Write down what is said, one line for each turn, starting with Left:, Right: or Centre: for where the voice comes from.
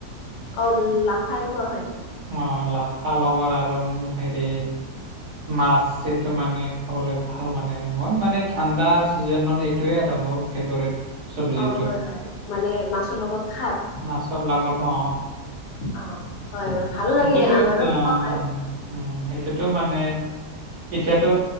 Left: অ লাফাই কোৱা হয়।
Right: অ লাফা লগত আৰু হেৰি- মাছ এইটো মানে খাবলৈ ভাল মানে মই মানে ঠাণ্ডা চিজনত এই- এইটোৱে আৰু মোৰ ফেভৰেট। চব্জিটো
Left: অঁ হয় হয় মানে মাছৰ লগত খাৰ-
Right: মাছত লগত অ অ
Left: অ' হয় ভাল
Right: সেতিতো
Left: লাগে আমাৰো
Right: অঁ
Left: খোৱা হয়।
Right: অঁ। উম সেইটোতো মানে এতিয়াতো